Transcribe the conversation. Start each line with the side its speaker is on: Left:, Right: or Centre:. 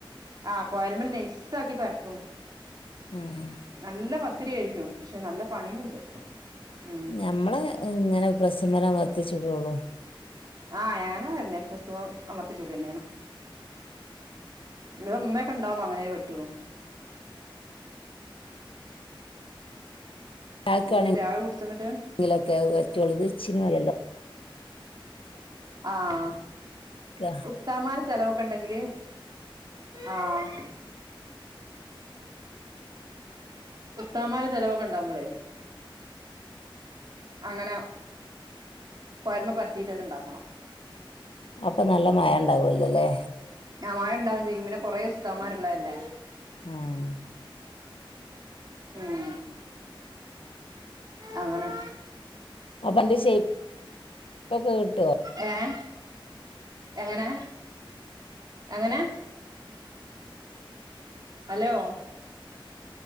Right: ആഹ് കോയൽമ്മൽ നൈസാക്കി പരത്തും
Left: ഉം
Right: നല്ല പത്തിരി ആയിരിക്കും ക്ഷെ നല്ല പണിയുണ്ട് ഉം
Left: ഞമ്മള് ഇങ്ങനെ പ്രസ്സുമേൽ അമർത്തി ചുടുള്ളൂ
Right: ആഹ് ഞാനും അങ്ങനെ തന്നെ പ്രസ്സുമേൽ അമർത്തിച്ചുടുക തന്നെയാണ് ഇവിടെ ഉമ്മയൊക്കെ ഉണ്ടാകുമ്പോൾ അങ്ങനെയെ പറ്റൂള്ളൂ
Left: ഉണ്ടാക്കുക
Right: എന്നിട്ട്
Left: ആണെങ്കിലൊക്കെ
Right: ചായ കുടിച്ചന്നിട്ട്
Left: അത് പറ്റുള്ളു ഇത് ഇച്ചിരി മതിയല്ലോ
Right: ആഹ്
Left: ക്ക
Right: സ്താദ്മാർ ചിലവൊക്കെ ഉണ്ടെങ്കില് ആഹ് ഉസ്താദുമാരെ ചിലവൊക്കെ ഉണ്ടാകുമ്പോളെ അങ്ങനെ കോയലുമേൽ പരത്തീട്ടന്നെ ഉണ്ടാക്കണം
Left: അപ്പൊ നല്ല മയം ഉണ്ടാവൂല്ലല്ലോല്ലേ
Right: ആഹ് മയം ഉണ്ടാകുവേം ചെയ്യും പിന്നെ കൊറെ ഉസ്താദുമാരുള്ളതല്ലേ
Left: മ്മ്
Right: ഉം അങ്ങനെ
Left: അപ്പം അയിൻ്റെ ഷേപ്പ് ഒക്കെ കിട്ടുവോ
Right: ഏഹ് എങ്ങനെ എങ്ങനെ ഹലോ